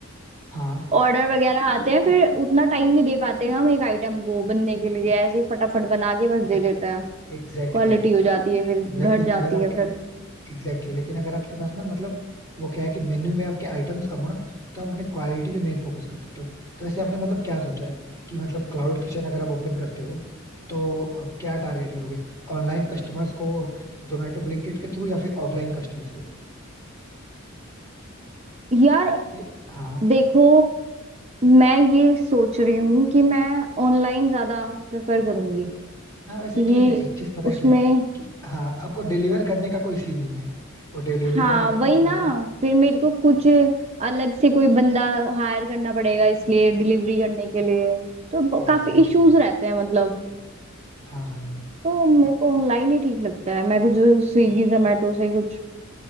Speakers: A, on the left; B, on the right.
A: हाँ
B: ऑर्डर वगैरह आते हैं फिर उतना टाइम नहीं दे पाते हम एक आइटम को बनने के लिए ऐसे ही फटाफट बना के बस दे देता है
A: एग्जैक्टली
B: क्वालिटी हो जाती
A: exactly.
B: है फिर
A: लेकिन
B: घट जाती
A: अगर आपके
B: है फिर
A: एग्जैक्टली exactly. लेकिन अगर आपके पास ना मतलब वो क्या है कि मेन्यू में आपके आइटम्स कम हो ना तो आप अपने क्वालिटी पे मेन फोकस कर सकते हो तो वैसे आपने मतलब क्या सोचा है कि मतलब क्लाउड किचन अगर आप ओपन करते हो तो अ, क्या टारगेट करोगे ऑनलाइन कस्टमर्स को जोमेटो ब्लिंकिट के थ्रू या फिर ऑफलाइन कस्टमर्स को
B: यार
A: ये- हाँ
B: देखो मैं ये सोच रही हूँ कि मैं ऑनलाइन ज्यादा प्रेफर करूंगी
A: हाँ वैसे
B: क्योंकि
A: ठीक है एक चीज पता है
B: उसमें
A: क्या है कि हाँ आपको डिलीवर करने का कोई सीन नहीं है वो डिलीवरी
B: हाँ
A: बॉय आपके
B: वही
A: पास
B: ना
A: आएगा
B: फिर मेरे को कुछ अलग से कोई बंदा हायर करना पड़ेगा इसलिए डिलीवरी करने के लिए तो ब-
A: Exactly
B: काफी इश्यूज
A: exactly.
B: रहते हैं मतलब
A: हाँ हाँ
B: तो मेरे को ऑनलाइन ही ठीक लगता है मैं कुछ स्विगी जोमेटो से कुछ